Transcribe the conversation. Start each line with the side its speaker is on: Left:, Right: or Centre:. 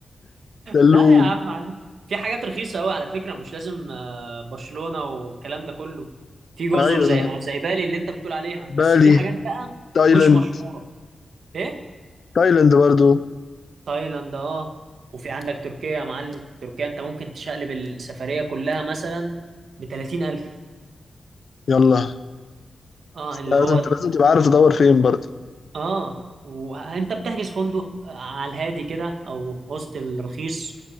Left: سلوم
Right: لا يا عم عادي في حاجات رخيصة قوي على فكرة مش لازم آه، برشلونة والكلام ده كله في جزر
Left: ايوه
Right: زي
Left: تمام
Right: آه، زي بالي اللي انت بتقول عليها
Left: بالي
Right: بس في حاجات بقى
Left: تايلاند
Right: مش مشهورة ايه
Left: تايلاند برضو
Right: تايلاند اه وفي عندك تركيا يا معلم تركيا انت ممكن تشقلب السفرية كلها مثلا ب 30000
Left: يلا
Right: اه اللي
Left: لازم
Right: هو
Left: لازم تبقى عارف تدور فين برضه
Right: اه وانت بتحجز فندق على الهادي كده او هوستل رخيص